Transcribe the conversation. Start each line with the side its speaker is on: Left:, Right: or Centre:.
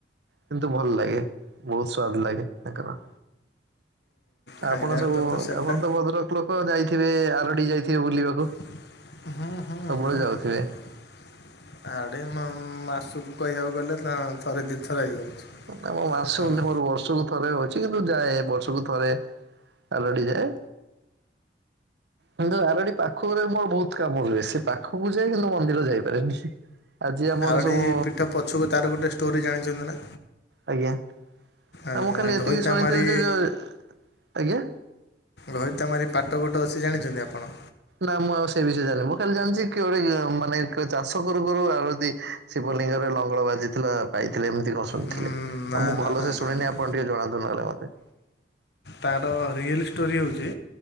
Right: କିନ୍ତୁ ଭଲ ଲାଗେ। ବହୁତ ସ୍ଵାଦ ଲାଗେ ତାଙ୍କର।
Left: ଖାଇଲା
Right: ଆପଣ ସବୁ
Left: ତ ତ ସେଟା
Right: ଆପଣ ତ ଭଦ୍ରକ ଲୋକ୍ କ ଯାଇଥିବେ ଆରଡି ଯାଇଥିବେ ବୁଲିବାକୁ
Left: ହୁଁ-ହୁଁ-ହୁଁ।
Right: ସବୁବେଳେ ଯାଉଥିବେ।
Left: ଆଡେ ମ-ମ୍ ମାସୁକୁ କହିଆକୁ ଗଲେ ଥରେ ଦିଇ ଥର ହେଇଯାଉଛି।
Right: ନା ମୋର ମାସକୁ
Left: ହେଲା
Right: ନୁହେଁ ମୋର ବର୍ଷକୁ ଥରେ ହଉଛି କିନ୍ତୁ ଯାଏ ବର୍ଷକୁ ଥରେ ଆରଡି ଯାଏ। କିନ୍ତୁ ଆରଡି ପାଖରେ ମୋର ବହୁତ କାମ ହୁଏ ସେ ପାଖକୁ ଯାଏ କିନ୍ତୁ ମନ୍ଦିର ଯାଇପାରେନି। ଆଜି ଆମର
Left: ଆରଡ଼ି
Right: ସବୁ
Left: ପିଠ ପଛୁକୁ ତାର ଗୋଟେ ଷ୍ଟୋରି ଜାଣିଛନ୍ତି ନା?
Right: ଆଜ୍ଞା
Left: ଆଁ
Right: ନା ମୁଁ ଖାଲି ଏତିକି
Left: ଘଇତାମାରି
Right: ଶୁଣିଥିଲି ଯେ ଯୋଉ ଆଜ୍ଞା
Left: ଘଇତାମାରି ପାଟ ଗୋଟେ ଅଛି ଜାଣିଛନ୍ତି ଆପଣ?
Right: ନା ମୁଁ ଆଉ ସେଇ ବିଷୟରେ ଜାଣିନି ମୁଁ ଖାଲି ଜାଣିଛି କିଏ ଗୋଟେ ମାନେ ଚାଷ କରୁ କରୁ ଆଉ ଯଦି ଶିବଲିଙ୍ଗରେ ଲଙ୍ଗଳ ବାଜିଥିଲା ପାଇଥିଲେ ଏମିତି କସ୍‌ ଶୁଣିଥିଲି
Left: ଉଁ,
Right: ଆଉ
Left: ନା
Right: ମୁଁ
Left: ନା
Right: ଭଲ
Left: ନା
Right: ସେ
Left: ନା
Right: ଶୁଣିନି
Left: ନା
Right: ଆପଣ ଟିକେ ଜଣାନ୍ତୁ ନହେଲେ ମତେ।
Left: ତାର ରିଏଲ୍ ଷ୍ଟୋରି ହଉଛି